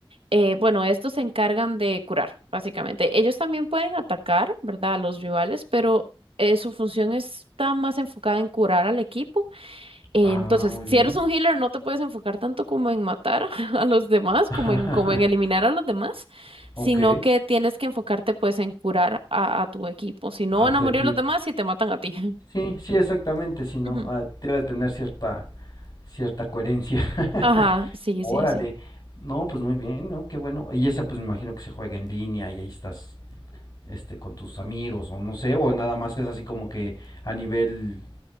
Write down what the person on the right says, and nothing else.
eh, bueno, estos se encargan de curar, básicamente. Ellos también pueden atacar, ¿verdad? A los rivales, pero eh, su función está más enfocada en curar al equipo. Eh,
entonces,
si
eres un healer, no te puedes enfocar tanto como en matar <laughs> a los demás,
como en, como en eliminar a los demás, sino
que tienes que enfocarte pues en curar a, a tu equipo. Si no,
van
a morir
los demás y te matan a ti. <laughs>
Ujú.
Ajá, sí,
sí, sí.